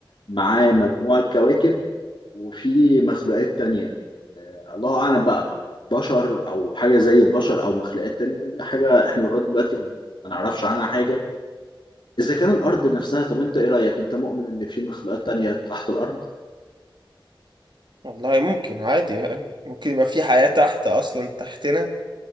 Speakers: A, on the left; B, on the right.
A: معاه مجموعه كواكب وفي مخلوقات تانية آه، الله اعلم بقى بشر او حاجه زي البشر او مخلوقات تانية دي حاجه احنا لغايه دلوقتي ما ما نعرفش عنها حاجه إذا كان الأرض نفسها طب أنت إيه رأيك؟ أنت مؤمن إن في مخلوقات تانية تحت الأرض؟
B: والله ممكن عادي يعني ممكن يبقى في حياة تحت اصلا تحتنا